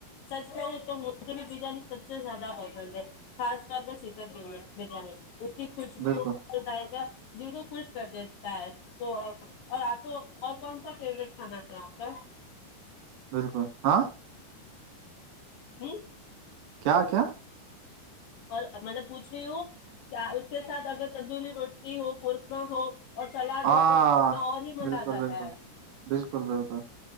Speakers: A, on the left; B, on the right.
A: چل تو مدری بریانی سک سے زدہ پے خاص ط پ سکن ب بریانی اس کی کچھ
B: بالکل
A: بھیائے درو خش کر دیتا ہے تو اور آپ کو اور کون سا فیوروریٹ کھانا ہے آپ کا
B: بالکل ہاں
A: ہوں
B: کیا کیا
A: اور میں نے پوچھے ہو کیا اس کے ساتھ اگر تندوری روٹی ہو قورمہ ہو اور چلا
B: ہاں
A: دو تو اور نہیں مزہ
B: بالکل
A: آ جاتا
B: بالکل
A: ہے
B: بالکل بالکل